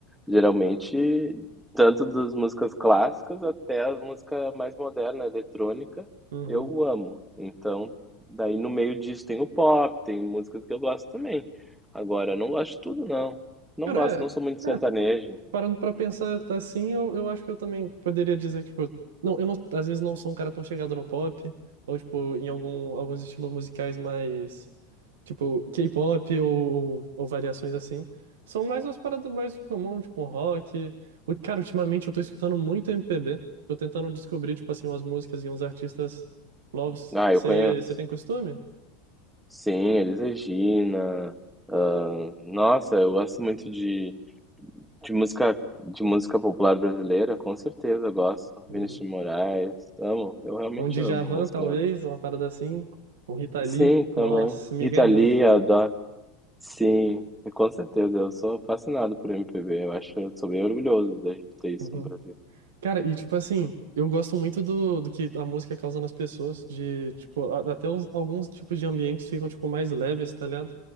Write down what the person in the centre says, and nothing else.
geralmente, tanto das músicas clássicas até a música mais moderna, eletrônica,
eu amo. Então, daí no meio disso tem o pop, tem músicas que eu gosto também. Agora, eu não gosto de tudo, não. Não
gosto, não sou muito de
sertanejo.
Ah,
eu conheço.
Sim, Elis Regina. ah, nossa, eu gosto muito de, de música de música popular brasileira, com certeza eu gosto.
Vinícius de Moraes, amo, eu realmente
amo a música.
Sim,
também.
Rita
Lee,
eu adoro. Sim, com certeza, eu sou fascinado por MPB. Eu acho, eu sou bem orgulhoso da gente ter isso
no Brasil.